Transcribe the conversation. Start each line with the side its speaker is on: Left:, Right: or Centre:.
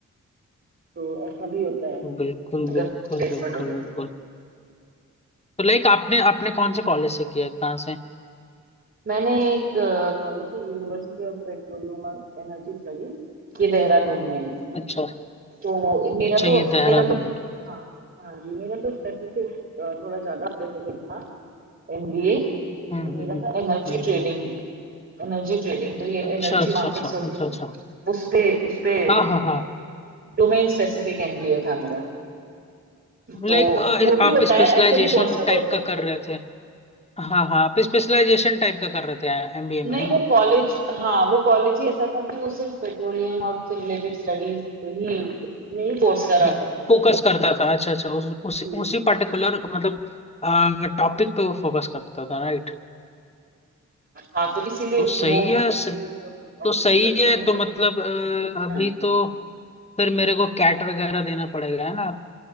Right: तो ऐसा भी होता है
Left: बिल्कुल
Right: अगर
Left: बिल्कुल
Right: प्लेसमेंट
Left: बिल्कुल
Right: हो जाती
Left: बिल्कुल
Right: है
Left: तो लाइक आपने आपने कौन से कॉलेज से किया है? कहाँ से
Right: मैंने एक कॉलेज यूनिवर्सिटी ऑफ पेट्रोलियम और एनर्जी स्टडीज ये देहरादून में है
Left: अच्छा
Right: तो मेरा
Left: अच्छा
Right: तो
Left: ये देहरादून
Right: मेरा तो हाँ हाँ जी मेरा तो स्पेसिफिक थोड़ा ज्यादा स्पेसिफिक था एमबीए
Left: हम्म
Right: मेरा
Left: हम्म हम्म
Right: था एनर्जी
Left: हम्म,
Right: ट्रेडिंग
Left: हम्म।
Right: एनर्जी ट्रेडिंग तो ये
Left: अच्छा
Right: एनर्जी
Left: अच्छा
Right: मार्केट्स
Left: अच्छा अच्छा
Right: होती
Left: अच्छा
Right: है उस पे उस पे
Left: हाँ हाँ हाँ
Right: डोमेन स्पेसिफिक एमबीए था मेरा तो
Left: लाइक
Right: वो भी
Left: आप
Right: होता
Left: स्पेशलाइजेशन
Right: है ऐसे भी कोर्सेज होते
Left: टाइप का
Right: हैं
Left: कर रहे थे हाँ हाँ आप स्पेशलाइजेशन टाइप का कर रहे थे एमबीए
Right: नहीं
Left: में है ना
Right: वो कॉलेज हाँ वो कॉलेज ही ऐसा था कि वो सिर्फ पेट्रोलियम और उससे रिलेटेड स्टडीज पे ही में ही कोर्स कराता
Left: ये
Right: था
Left: फोकस करता था अच्छा अच्छा उस, उस,
Right: जी
Left: उसी पर्टिकुलर मतलब टॉपिक पे वो फोकस करता था राइट
Right: हाँ तो इसीलिए
Left: तो सही
Right: वो
Left: है स,
Right: ये जो ऑफिस
Left: तो सही
Right: कर
Left: है
Right: वो
Left: तो मतलब अ, अभी
Right: हाँ
Left: तो फिर मेरे को कैट वगैरह देना पड़ेगा है ना